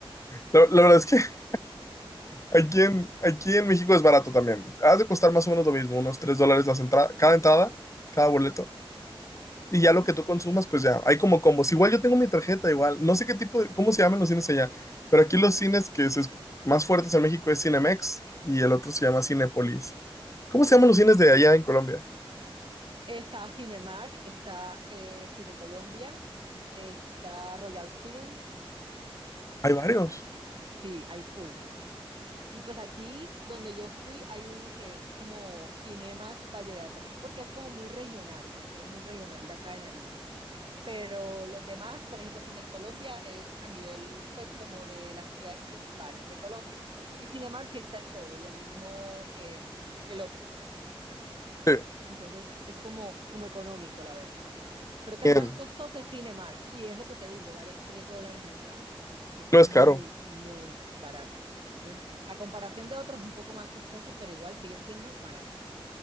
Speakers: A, on the left; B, on the right.
A: la, la verdad es que <laughs> aquí en, aquí en México es barato también. Has de costar más o menos lo mismo, unos 3 dólares las entradas, cada entrada, cada boleto.
B: Ujú.
A: Y ya lo que tú consumas, pues ya, hay como combos. Igual yo tengo mi tarjeta, igual. No sé qué tipo de, cómo se llaman los cines allá, pero aquí los cines que se escu- más fuertes en México es Cinemex y el otro se llama Cinépolis. ¿Cómo se llaman los cines de allá en Colombia?
B: Está Cinemark, está eh, Cine Colombia, está Royal Film,
A: Hay
B: ¿y
A: varios.
B: cuál más? Sí, hay full. Y pues aquí donde yo fui hay uno que es como Cinemas Valle Beatriz, porque es como muy regional, ¿no? O sea, es muy regional de acá de Nariño. Pero los demás, por ejemplo, Cine Colombia es a nivel, pues, como de las ciudades principales de Colombia. Y Cinemar sí está en todo, lo mismo eh, el otro.
A: Sí.
B: Entonces es como, como económico, la verdad. Creo
A: Bien.
B: que el más costoso es Cinemark y es lo que te digo, vale 3 dólares la entrada. Entonces es
A: No
B: muy,
A: es caro.
B: muy barato. Entonces, a comparación de otros, es un poco más costoso, pero igual sigue siendo barato.